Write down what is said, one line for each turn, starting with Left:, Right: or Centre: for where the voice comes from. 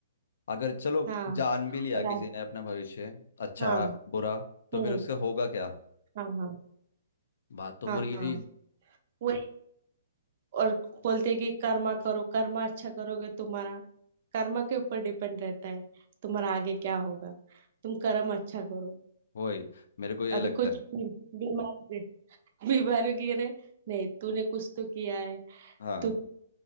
Left: अगर चलो
Right: हाँ
Left: जान भी लिया
Right: और
Left: किसी
Right: आ-
Left: ने अपना भविष्य अच्छा
Right: हाँ
Left: बुरा तो
Right: हम्म
Left: फिर उससे होगा क्या
Right: हाँ हाँ
Left: बात तो
Right: हाँ
Left: पूरी यही
Right: हाँ
Left: है
Right: वही और बोलते हैं कि कर्मा करो कर्मा अच्छा करोगे तुम्हारा कर्मा के ऊपर डिपेंड रहता है तुम्हारा आगे क्या होगा तुम कर्म अच्छा करो
Left: वही मेरे को ये
Right: अभी
Left: लगता
Right: कुछ
Left: है
Right: भी- बीमार गिरे- <laughs> बीमार गिरे नहीं तूने कुछ तो किया है
Left: हाँ
Right: तू अ,